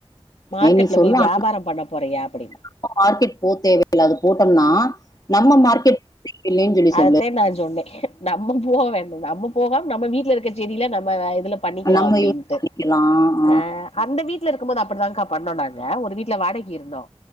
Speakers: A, on the left (about 85°); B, on the left (about 40°).
A: மார்க்கெட்ல
B: ஏ நீ சொல்லு
A: போய் வியாபார
B: ஆனா
A: பண்ண போறியா அப்படின்னு
B: நம்ம மார்க்கெட் அது தேவையில்லாது போட்டோம்னா நம்ம மார்க்கெட் <inaudible>
A: அதத்தே
B: சொல்லு
A: நா சொன்னே நம்ம போக வேண்டது நம்ம போகாம நம்ம வீட்ல இருக்க செடியில நம்ம இதுல பண்ணிக்கலா
B: நம்ம
A: அப்டின்னுட்டு
B: யூஸ் பண்ணிக்கலா ஆ
A: அ அந்த வீட்டல இருக்கு போது அப்டிதாக்கா பண்ணோ நாங்க ஒரு வீட்ல வாடகை இருந்தோ